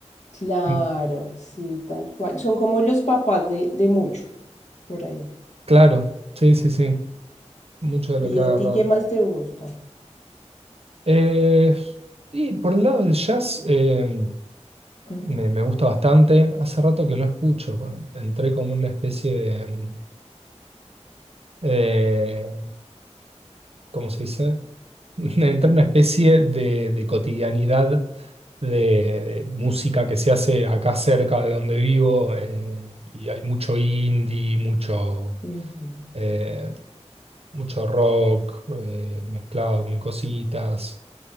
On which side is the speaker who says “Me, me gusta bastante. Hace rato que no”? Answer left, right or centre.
Right